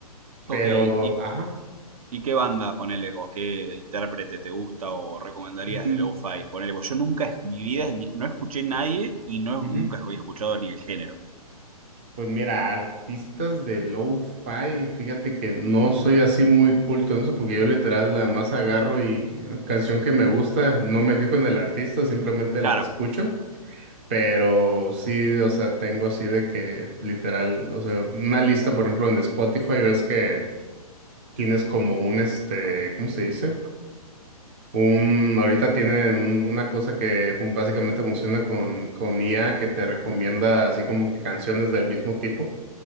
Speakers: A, on the right; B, on the right.
A: pero,
B: Ok, ¿y,
A: ajá.
B: y qué banda, ponele vos, qué intérprete te gusta o recomendarías
A: Mm,
B: de lo-fi? Ponele vos, yo nunca en mi vida ni- no escuché nadie y no,
A: ujú.
B: nunca he escuchado ni el género.
A: Pues mira, artistas de lo-fi, fíjate que no soy así muy culto en eso, porque yo literal la más agarro y una canción que me gusta, no me fijo en el artista, simplemente
B: Claro,
A: la escucho. Pero sí, o sea, tengo así de que literal, o sea, una lista, por ejemplo, en Spotify, ves que tienes como un, este, ¿cómo se dice? Un, ahorita tienen un- una cosa que fun- básicamente funciona con, con IA que te recomienda así como que canciones del mismo tipo.